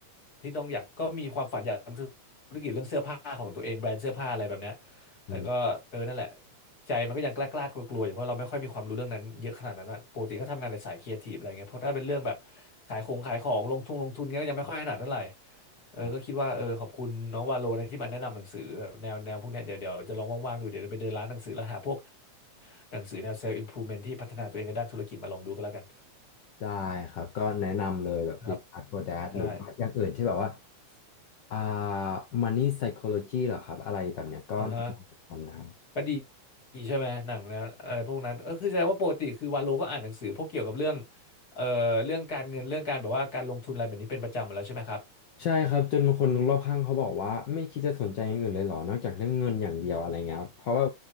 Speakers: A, on the left; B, on the left.
A: ที่ต้องอยากก็มีความฝันอยากทำธุรกิจเรื่องเสื้อผ้าของตัวเองแบรนด์เสื้อผ้าอะไรแบบเนี้ยแต่ก็เออนั่นแหละ
B: อืม
A: ใจมันก็ยังกล้ากลัวกลัวๆอยู่เพราะเราไม่ค่อยมีความรู้เรื่องนั้นเยอะขนาดนั้นอะปกติก็ทำงานในสายครีเอทีฟอะไรเงี้ยเพราะถ้าเป็นเรื่องแบบขายของขายของลงทุนลงทุนเงี้ยก็ยังไม่ค่อยถนัดเท่าไหร่เออก็คิดว่าเออขอบคุณน้องวาโลนะที่มาแนะนำหนังสือแบบแนวแนวพวกเนี้ยเดี๋ยวเดี๋ยวจะลองว่างๆดูเดี๋ยวจะไปเดินร้านหนังสือแล้วหาพวก
B: ครับ
A: หนังสือแนว self improvement ที่พัฒนาตัวเองในด้านธุรกิจมาลองดูก็แล้วกัน
B: ได้ครับก็แนะนำเลยแบบ
A: ครับ
B: Richard Gordon
A: ใช่
B: หรือว่าอย่างอื่นที่แบบว่าอ่า Money Psychology เหรอครับอะไรแบบเนี้ยก็แนะนำเหมือนกันนะครับ
A: อ่าฮะก็ดีดีใช่ไหมหนังแนวอะไรพวกนั้นก็คือแสดงว่าปกติคือวาโลก็อ่านหนังสือพวกเกี่ยวกับเรื่องเอ่อเรื่องการเงินเรื่องการแบบว่าการลงทุนอะไรแบบนี้เป็นประจำอยู่แล้วใช่ไหมครับ
B: ใช่ครับจนบางคนรอบข้างเขาบอกว่าไม่คิดจะสนใจอย่างอื่นเลยเหรอนอกจากเรื่องเงินอย่างเดียวอะไรเงี้ยครับเพราะว่า